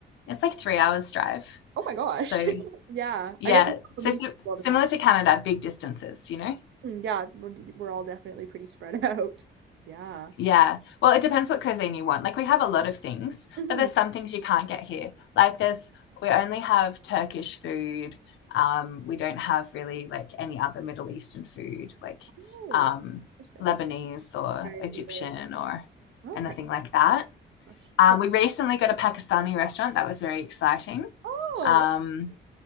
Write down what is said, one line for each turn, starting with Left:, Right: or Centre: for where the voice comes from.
Left: It's like three hours drive.
Right: Oh my gosh.
Left: So
Right: <laughs> Yeah,
Left: yeah.
Right: I guess it's something
Left: So, si-
Right: you do all
Left: similar
Right: the time.
Left: to Canada, big distances, you know?
Right: Mm, Yeah, we're we're all definitely pretty spread <laughs> out. Yeah.
Left: Yeah. Well, it depends what cuisine you want. Like we have a lot of things,
Right: hmm
Left: but there's some things you can't get here. Like there's we only have Turkish food. Um, we don't have really like any other Middle Eastern food, like
Right: Oh,
Left: um
Right: interesting.
Left: Lebanese or
Right: Right,
Left: Egyptian
Right: right.
Left: or
Right: Okay.
Left: anything like that.
Right: Gosh.
Left: Um,
Right: Have,
Left: we recently got a Pakistani restaurant. That was very exciting.
Right: oh,
Left: Um,